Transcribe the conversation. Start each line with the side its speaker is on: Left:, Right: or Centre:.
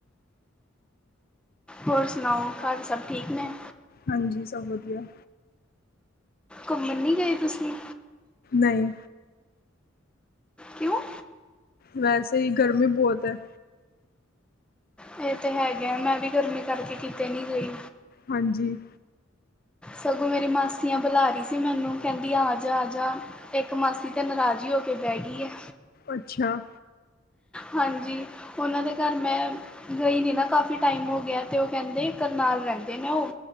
Centre: ਹੋਰ ਸੁਣਾਓ ਘਰ ਸਭ ਠੀਕ ਨੇ?
Left: ਹਾਂਜੀ ਸਭ ਵਧੀਆ।
Centre: ਘੁੰਮਣ ਨੀ ਗਏ ਤੁਸੀਂ?
Left: ਨਹੀਂ।
Centre: ਕਿਉਂ?
Left: ਵੈਸੇ ਹੀ ਗਰਮੀ ਬਹੁਤ ਹੈ।
Centre: ਇਹ ਤੇ ਹੈਗੇ ਆ ਮੈਂ ਵੀ ਗਰਮੀ ਕਰਕੇ ਕਿਤੇ ਨੀ ਗਈ।
Left: ਹਾਂਜੀ।
Centre: ਸਗੋਂ ਮੇਰੀ ਮਾਸੀਆਂ ਬੁਲਾ ਰਹੀ ਸੀ ਮੈਨੂੰ ਕਹਿੰਦੀ ਆ ਜਾ ਆ। ਇੱਕ ਮਾਸੀ ਤੇ ਨਾਰਾਜ਼ ਹੀ ਹੋ ਕੇ ਬਹਿ ਗਈ ਹੈ?
Left: ਅੱਛਾ।
Centre: ਹਾਂਜੀ ਉਹਨਾਂ ਦੇ ਘਰ ਮੈਂ? ਗਈ ਨੀ ਨਾ ਕਾਫੀ ਟਾਈਮ ਹੋ ਗਿਆ ਤੇ ਉਹ ਕਹਿੰਦੇ ਕਰਨਾਲ ਰਹਿੰਦੇ ਨੇ ਉ।